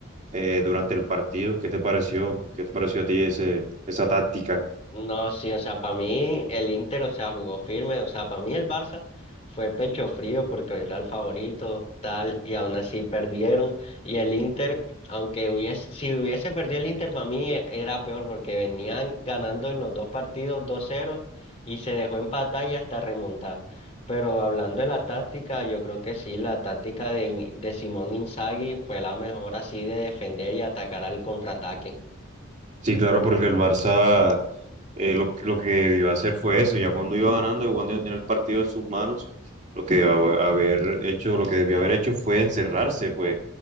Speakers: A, on the right (about 35°); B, on the left (about 30°).
A: eh, durante el partido. ¿Qué te pareció? ¿Qué te pareció a ti ese, esa táctica?
B: No, sí, o sea, para mí el Inter, o sea, jugó firme, o sea, para mí el Barça fue pecho frío porque era el favorito, tal, y aún así perdieron. Y el Inter, aunque hubiese, si hubiese perdido el Inter, para mí e- era peor porque venían ganando en los dos partidos dos 0 y se dejó empatar y hasta remontar. Pero hablando de la táctica, yo creo que sí, la táctica de, In- de Simón Inzaghi fue la mejor así de defender y atacar al contraataque.
A: Sí, claro, porque el Barça eh, lo, lo que debió hacer fue eso, ya cuando iba ganando y cuando iba a tener el partido en sus manos, lo que debió haber hecho, lo que debió haber hecho fue encerrarse, pues